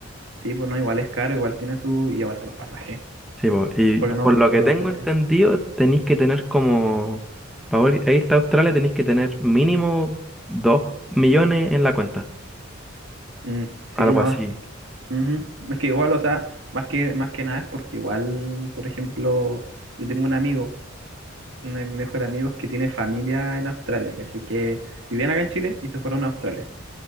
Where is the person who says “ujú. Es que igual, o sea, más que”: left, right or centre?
Right